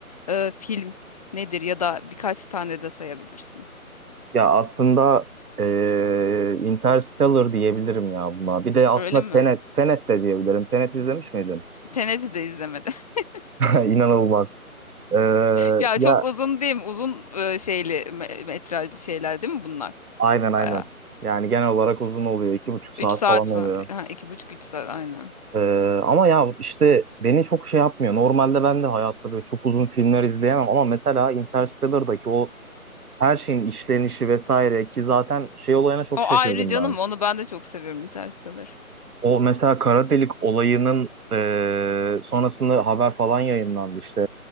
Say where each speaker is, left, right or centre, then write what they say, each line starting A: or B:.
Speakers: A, on the left; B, on the right.
A: eee, film nedir ya da birkaç tane de sayabilirsin.
B: Ya aslında eee Interstellar diyebilirim ya buna. Bir de aslında
A: Öyle mi?
B: Tenet, Tenet de diyebilirim. Tenet izlemiş miydin?
A: Tenet'i de izlemedim. <laughs>
B: <laughs> İnanılmaz. Eee,
A: Ya
B: ya
A: çok uzun değil mi? Uzun eee, şeyli me- metrajlı şeyler değil mi bunlar?
B: aynen aynen.
A: Bayağı.
B: Yani genel olarak uzun oluyor. iki buçuk saat
A: üç saat
B: falan oluyor.
A: falan. Ha, iki buçuk üç saat aynen.
B: Eee, ama ya işte beni çok şey yapmıyor. Normalde ben de hayatta böyle çok uzun filmler izleyemem. Ama mesela Interstellar'daki o her şeyin işlenişi vesaire ki zaten şey olayına çok
A: O
B: şaşırdım
A: ayrı canım
B: ben.
A: onu ben de çok seviyorum Interstellar.
B: O mesela kara delik olayının eee, sonrasında haber falan yayınlandı işte.